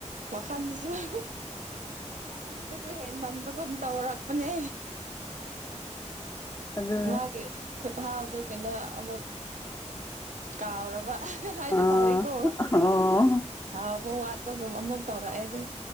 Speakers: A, on the right; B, on the left.
A: ꯋꯥꯈꯟꯁꯤꯁꯨꯨ ꯁꯤꯟꯕꯁꯨ ꯍꯦꯟ ꯃꯟꯕꯒꯨꯝ ꯇꯧꯔꯛꯄꯅꯦ
B: ꯑꯗꯨꯅꯦ
A: ꯃꯥꯒꯤ ꯈꯨꯠꯍꯥꯎꯗꯣ ꯀꯩꯅꯣ ꯑꯃꯨꯛ ꯀꯥꯎꯔꯕ ꯍꯥꯏꯕ
B: ꯑꯥ
A: ꯇꯔꯦꯀꯣ
B: ꯑꯣ
A: ꯍꯥꯎꯕ ꯋꯥꯠꯄꯒꯨꯝ ꯑꯃꯨꯛ ꯇꯧꯔꯛꯑꯦ ꯑꯗꯨ